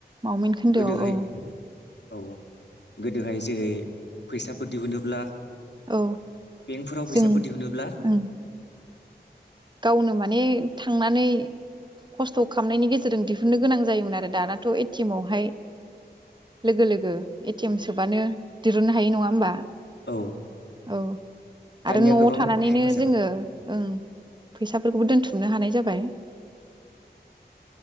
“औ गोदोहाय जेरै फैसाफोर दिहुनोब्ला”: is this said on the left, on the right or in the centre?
Left